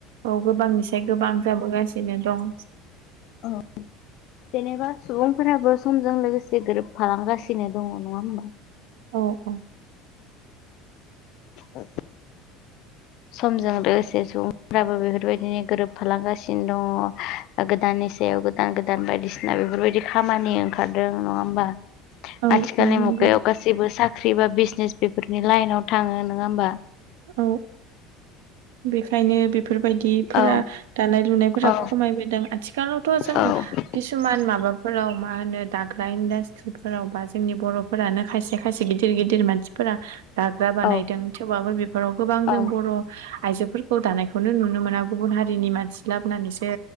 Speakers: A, on the right; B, on the left.
A: औ गोबांनिसाय गोबां जाबोगासिनो दं
B: औ जेनेबा सुबुंफोराबो समजों लोगोसे गोरोबफालांगासिनो दङ नङा होमबा
A: औ औ
B: आ समजों लोगोसे सुबुंफ्राबो बेफोरबायदिनो गोरोबफालांगासिनो दङ गोदाननि सायाव गोदान गोदान बायदिसिना बेफोरबायदि खामानि ओंखारदों नङा होमबा
A: औ
B: आथिखाल
A: औ नंगौ
B: म गायाव जेबो साख्रि बा बिजनेस बेफोरनि लाइनाव थाङो नङा होमबा
A: औ बेखायनो बेफोरबायदिफोरा
B: औ
A: दानाय लुनायफोरा
B: औ
A: खमायबोदों आथिखालावथ' जोंङ
B: औ
A: किसुमान माबाफोराव मा होनो दाग्रा इन्डास्ट्रिफोराव बा जोंनि बर' फोरानो खायसे खायसे गिदिर गिदिर मानसि फोर दाग्रा बानायदों
B: औ
A: थेवबो बेफोराव गोबां
B: औ
A: जों बर' आइजोफोरखौ दानायखौनो नुनो मोना गुबुन हारिनि मानसि लाबोनानैसो